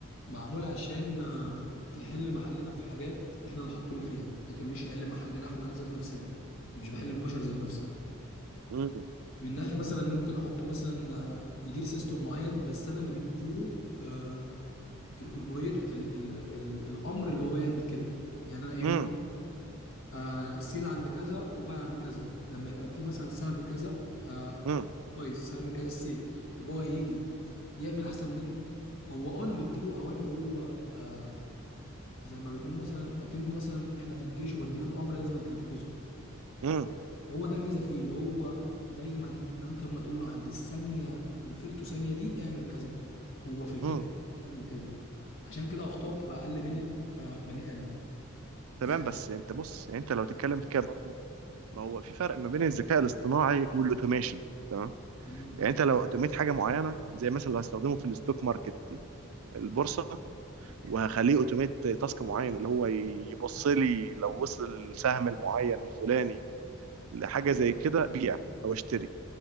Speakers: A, on the left; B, on the right.
A: معمول عشان آه، يحل محلنا في حاجات احنا اللي حاطينه فيها لكن مش هيحل محلنا احنا ذات نفسنا مش بحل البشر ذات نفسها
B: مم.
A: من ناحيه مثلا ممكن احطه مثلا آه، يدير سيستم معين بس انا اللي مديله آه، الأوربوريت ال ال ال الامر اللي هو يعمل كده يعني انا قايل
B: مم.
A: له آه سيل عند كذا وباي عند كذا لما يبقى في مثلا سهم كذا آه
B: مم.
A: كويس سهم كذا السيل طب هو هيجي يعمل احسن مني هو آه انا مديله اوامر هو آه زي ما بنقول مثلا اكنه مثلا احنا في الجيش وبديك الامر لازم تنفذه
B: مم.
A: هو ده الميزه فيه اللي هو دايما لو انت لما تقول له عند الثانيه والفلتو ثانيه دي اعمل كذا هو في الفلتو
B: مم.
A: اعمل كذا عشان كده اخطاء بتبقى اقل من آه بني ادم
B: تمام
A: يعني
B: بس انت بص يعني انت لو تتكلم في كده برضو ما هو في فرق ما بين الذكاء الاصطناعي والاوتوميشن تمام
A: تمام
B: يعني انت لو اوتوميت حاجه معينه زي مثلا لو هستخدمه في الستوك ماركت دي البورصه وهخليه اوتوميت تاسك معين اللي هو يبص لي لو وصل السهم المعين الفلاني لحاجه زي كده بيع او اشتري